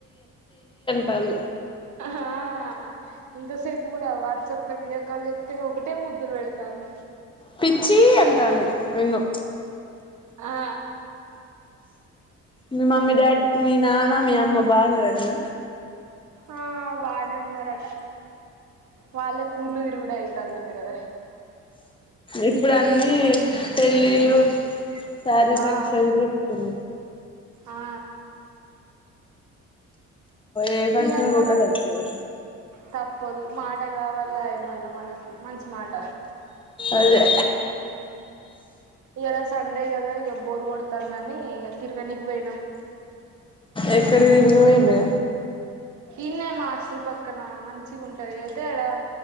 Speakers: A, on the left; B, on the right.
A: టంగ్
B: ఆ ఇంతసేపు కూడా వాట్సాప్ లో వీడియో కాల్ చేతే ఒకటే ముద్దులు పెడతాంది
A: పిచ్చి అంటాంది నిన్ను
B: ఆ
A: మీ మమ్మీ డాడీ మీ నాన్న మీ అమ్మ బానారటన
B: ఆ బానే ఉన్నారట వాళ్ళక్ ఊర్లు తిరుగుడు అయి తందట గద
A: ఇప్పుడు అన్ని
B: మళ్ళా
A: పెళ్ళిలు శారీ
B: ఆ
A: ఫంక్షన్లు ఎక్కువ
B: ఆ
A: ఏ ఫంక్షన్
B: ఇయ్యాల
A: బక తప్పదు
B: తప్పదు మాట కావల ఏమల్ల మనసు మంచి మాట
A: అదే
B: ఉమ్ ఏ రోజ్ సండే కదా ఇగ బోర్ కొడతందని ఇక తిరగనీకి పోయినాం
A: ఎక్కడ తిరిగి పోయిరే
B: ఈన్నే మా హాస్టల్ పక్కన మంచిగా ఉంటది అయితే అడ